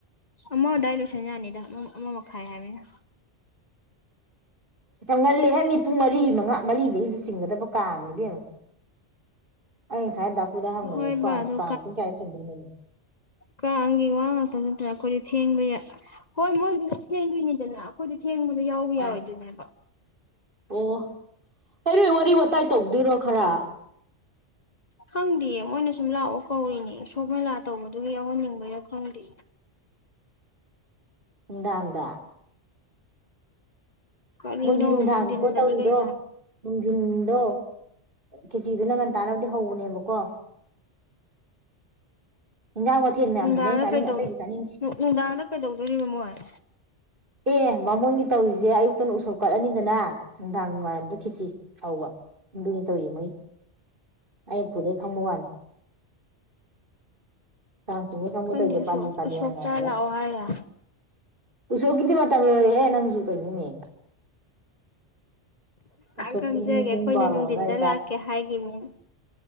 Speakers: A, on the left; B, on the right.
A: ꯑꯃ ꯑꯗꯥꯏ ꯂꯣꯏꯁꯟ ꯌꯥꯅꯤꯗ ꯑꯃ ꯑꯃ ꯃꯈꯥꯏ ꯍꯥꯏꯕꯅꯤꯅ
B: ꯌꯝ ꯉꯜꯂꯤ ꯍꯥꯏ ꯃꯤ ꯄꯨꯡ ꯃꯔꯤ ꯃꯉꯥ ꯃꯔꯤꯗꯒꯤꯗꯤ ꯆꯤꯡꯒꯗꯕ ꯀꯥꯡꯉꯗꯩꯅꯣ ꯑꯩ ꯉꯁꯥꯏ ꯗꯥꯀꯨꯗ ꯍꯪꯕꯅꯦꯕ
A: ꯍꯣꯏ
B: ꯀꯥꯡ
A: ꯕꯥ ꯑꯗꯨ
B: ꯄꯨꯡ ꯀꯌꯥ ꯆꯤꯡꯗꯣꯏꯅꯣ
A: ꯀꯪꯒꯤ ꯋꯥ ꯉꯛꯇꯅ ꯅꯇꯥꯅꯥ ꯑꯈꯣꯏꯗꯤ ꯊꯦꯡꯕ ꯌꯥ ꯍꯣꯏ ꯃꯣꯏꯗꯨꯗ ꯊꯦꯡꯗꯣꯏꯅꯤꯗꯅ ꯑꯩꯈꯣꯏꯗ ꯊꯦꯡꯕꯗꯣ ꯌꯥꯎꯕ
B: ꯑꯥ
A: ꯌꯥꯔꯣꯏꯗꯣꯏꯅꯦꯕ
B: ꯑꯣ ꯍ ꯅꯣꯏ ꯋꯥꯔꯤ ꯋꯥꯋꯇꯥꯏ ꯇꯧꯗꯣꯏꯔꯣ ꯈꯔ
A: ꯈꯪꯗꯦ ꯃꯣꯏꯅ ꯁꯨꯝ ꯂꯥꯛꯑꯣ ꯀꯧꯔꯤꯅꯦ ꯏꯁꯣꯞ ꯃꯦꯂꯥ ꯇꯧꯕꯗꯨꯒꯤ ꯌꯥꯎꯍꯟꯅꯤꯡꯕꯩꯔꯥ ꯈꯪꯗꯦ
B: ꯅꯨꯡꯗꯥꯡꯗ
A: ꯀꯔꯤꯅꯣ
B: ꯃꯣꯏꯗꯤ ꯅꯨꯡꯗꯥꯡꯅꯤꯀꯣ
A: ꯅꯨꯡꯊꯤꯟꯗꯅꯤ
B: ꯇꯧꯔꯤꯗꯣ
A: ꯀꯩꯅꯣ
B: ꯅꯨꯡꯊꯤꯟꯗꯣ ꯀꯦꯖꯤꯗ ꯅꯪ ꯉꯟ ꯇꯥꯅꯕꯗꯤ ꯍꯧꯕꯅꯦꯕꯀꯣ ꯏꯟꯖꯥꯡ ꯃꯊꯦꯜ ꯃꯌꯥꯝꯗꯨꯅ
A: ꯅꯨꯡꯗꯥꯡꯗ
B: ꯑꯩꯅ ꯆꯥꯅꯤꯡ
A: ꯀꯩ
B: ꯑꯇꯩꯗꯤ ꯆꯥꯅꯤꯡꯗꯦ
A: ꯅꯨꯡꯗꯥꯡꯗ ꯀꯩꯗꯧꯗꯣꯔꯤꯕꯃꯣ ꯍꯥꯏ
B: ꯑꯦ ꯕꯃꯣꯟꯒꯤ ꯇꯧꯔꯤꯖꯦ ꯑꯌꯨꯛꯇꯅ ꯎꯁꯣꯞ ꯀꯠꯂꯅꯤꯗꯅ ꯅꯨꯡꯗꯥꯡ ꯋꯥꯏꯔꯝꯗ ꯈꯤꯠꯆꯤ ꯍꯧꯕ ꯑꯗꯨꯗꯤ ꯇꯧꯋ ꯃꯣꯏ ꯑꯩ ꯎꯄꯨꯗꯩ ꯈꯪꯕ ꯋꯥꯅꯤ ꯀꯥꯡ ꯆꯤꯡꯕ ꯃꯤ ꯇꯧꯕꯩ
A: ꯈꯪꯗꯦ
B: ꯇꯧꯔꯤꯖꯦ
A: ꯎꯁꯣꯞ
B: ꯄꯂꯤ ꯄꯂꯤ
A: ꯎꯁꯣꯞ
B: ꯌꯥꯅ
A: ꯆꯥ ꯂꯥꯛꯑꯣ ꯍꯥꯏꯔ
B: ꯎꯁꯣꯞꯀꯤꯗꯤ ꯃꯇꯝ ꯂꯣꯏꯔꯦꯍꯦ ꯅꯪꯁꯨ ꯀꯩꯅꯣꯅꯦ ꯎꯁꯣꯞꯀꯤꯅꯤ
A: ꯈꯪꯖꯒꯦ
B: ꯄꯨꯡ
A: ꯑꯩꯈꯣꯏꯅ
B: ꯕꯥꯔꯣ
A: ꯅꯨꯡꯊꯤꯟꯗ
B: ꯑꯗꯨꯋꯥꯏ
A: ꯂꯥꯛꯀꯦ ꯍꯥꯏꯒꯤꯈꯤꯕꯅꯦ